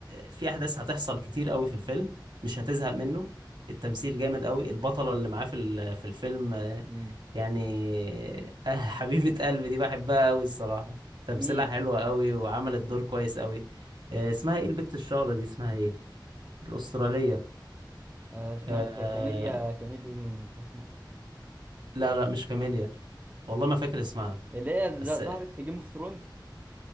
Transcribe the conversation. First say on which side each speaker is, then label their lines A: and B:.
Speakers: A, on the right (about 70°); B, on the right (about 20°).
A: في احداث هتحصل كتير قوي في الفيلم مش هتزهق منه التمثيل جامد قوي البطلة اللي معاه في ال- في الفيلم آه،
B: مم.
A: يعني <laughs> آه، حبيبة قلبي دي بحبها قوي الصراحة تمثيلها
B: مين
A: حلوة قوي وعملت دور كويس قوي آه، اسمها ايه البت الشعرة دي اسمها ايه الأسترالية
B: آه، اسمها
A: آه،
B: عارف كاميليا كاميليا لونا مش عارف اسمها
A: لا لا مش كاميليا والله ما فاكر اسمها
B: إيه. اللي هي
A: بس
B: ز- ظهرت في جيم اوف ثرونز